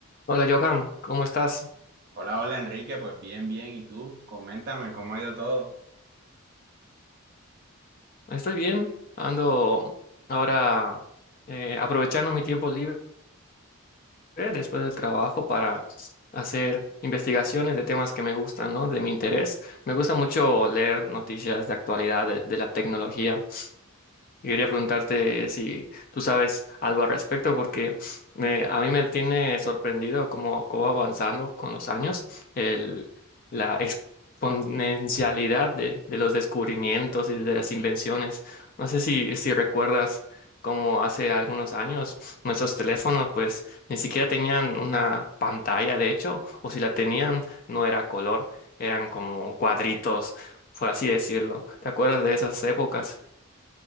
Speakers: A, on the left; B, on the right.
A: Hola Johan, ¿cómo estás?
B: Hola, hola Enrique, pues bien, bien. ¿Y tú? Coméntame cómo ha ido todo.
A: Estoy bien, ando ahora eh, aprovechando mi tiempo libre después del trabajo para hacer investigaciones de temas que me gustan, ¿no? De mi interés. Me gusta mucho leer noticias de actualidad, de, de la tecnología. Y quería preguntarte si tú sabes algo al respecto, porque me- a mí me tiene sorprendido cómo, cómo va avanzando con los años el, la exponencialidad de, de los descubrimientos y de las invenciones. No sé si, si recuerdas cómo hace algunos años nuestros teléfonos pues ni siquiera tenían una pantalla, de hecho, o si la tenían no era color, eran como cuadritos, por así decirlo. ¿Te acuerdas de esas épocas?